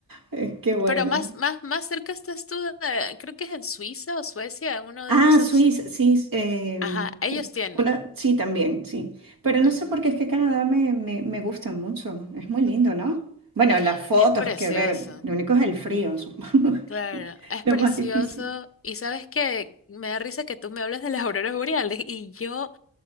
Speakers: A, on the right; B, on the left.
A: es que bueno.
B: Pero más, más, más cerca estás tú, de- creo que es en Suiza o Suecia, en uno
A: Ah,
B: de esos.
A: Suiza, sí, eh,
B: Ajá, ellos tienen.
A: una, sí, también, sí. Pero no
B: Ujú,
A: sé por qué es que Canadá me, me, me gusta mucho. Es muy lindo,
B: ujú.
A: ¿no? Bueno, las fotos
B: Es precioso.
A: que ver, lo único es el frío, supongo,
B: Claro,
A: <laughs>
B: es
A: lo
B: precioso.
A: más difícil.
B: Y sabes que me da risa que tú me hables de las auroras boreales y yo